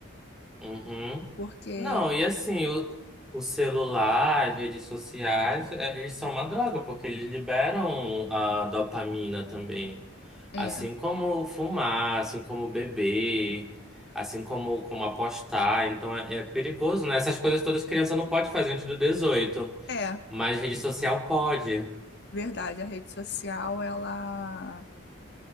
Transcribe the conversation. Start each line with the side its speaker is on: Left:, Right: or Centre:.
Centre: Uhum.
Left: Porque
Centre: Não, e assim, o, o celular, as redes sociais, eh, eles são uma droga, porque eles liberam a dopamina também.
Left: é,
Centre: Assim como fumar, assim como beber, assim como, como apostar. Então é, é perigoso, né? Essas coisas todas criança não pode fazer antes do 18,
Left: é
Centre: mas rede social pode.
Left: verdade, a rede social, ela